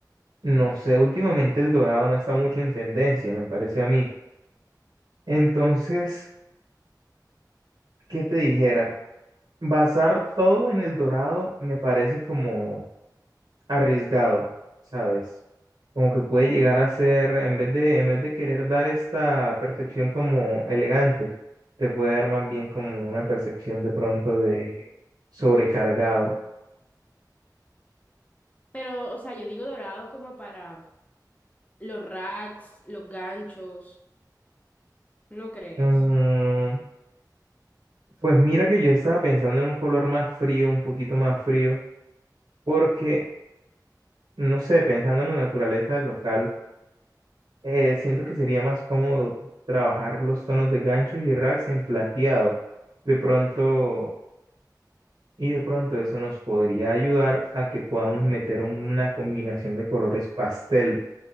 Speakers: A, on the right; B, on the left.
A: no sé, últimamente el dorado no está mucho en tendencia, me parece a mí. Entonces, ¿qué te dijera? Basar todo en el dorado me parece como arriesgado, ¿sabes? Como que puede llegar a ser, en vez de, en vez de querer dar esta percepción como elegante, te puede dar más bien como una percepción de pronto de sobrecargado.
B: Pero, o sea, yo digo dorado como para los racks, los ganchos, ¿no crees?
A: Mm, pues mira que yo estaba pensando en un color más frío, un poquito más frío, porque, no sé, pensando en la naturaleza del local, eh, siento que sería más cómodo trabajar los tonos de ganchos y racks en plateado. De pronto y de pronto eso nos podría ayudar a que podamos meter una combinación de colores pastel,